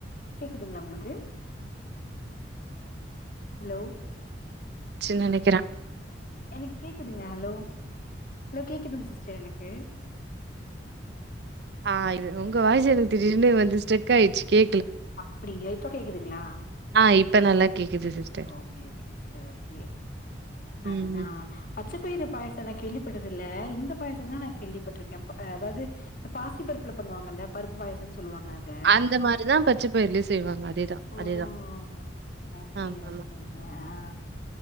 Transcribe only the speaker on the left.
எதுங்களா உங்களுக்கு ஹலோ
எனக்கு கேக்குதுங்க ஹலோ ஹலோ கேக்குதுங்க சிஸ்டர் எனக்கு
அப்டிங்களே <unintelligible> துங்களா
ஓகே ஓகேங்க சிஸ்டர் ஓகே அதுதான்
அப் பச்சப்பயிறு பாயாசோ நா கேள்விப்பட்டது இல்ல இந்த பாயாசோந்தா நா கேள்விப்பட்டிருக்கே அ அதாவது இந்த பாசிப் பருப்புல பண்ணுவாங்கல்ல பருப்பு பாயாசோன்னு சொல்லி சொல்லுவாங்க அத
ஓஓஓகே
ஓகேங்க ஹஹா